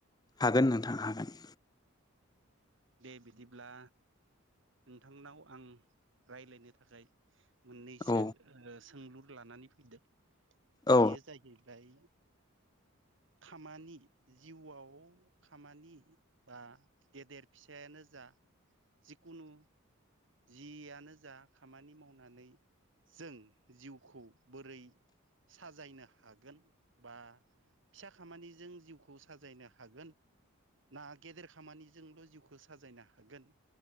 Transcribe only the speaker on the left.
हागोन नोंथां हागोन।
औ
औ